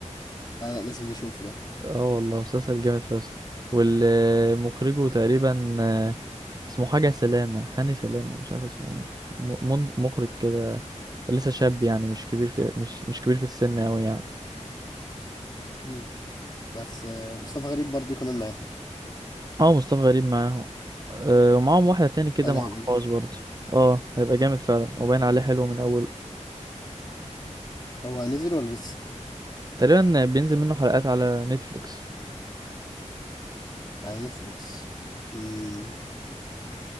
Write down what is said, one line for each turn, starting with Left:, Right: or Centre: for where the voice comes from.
Left: لا لازم نشوفه ده
Right: اه والله مسلسل جامد فشخ والمخرجه تقريبا آه، اسمه حاجة سلامة هاني سلامة مش عارف اسمه ايه م- من- مخرج كده لسه شاب يعني مش كبير في مش مش كبير في السن أوي يعني
Left: مم. بس آه، مصطفى غريب برضو كمان معاهم
Right: اه مصطفى غريب معاهم أه ومعاهم واحدة تاني كده
Left: لا ده
Right: معرفهاش
Left: هيبقى جامد
Right: برضه اه هيبقى جامد فعلا وباين عليه حلو من أوله
Left: هو نزل ولا لسه
Right: تقريبا بينزل منه حلقات على نتفليكس
Left: على نتفليكس امم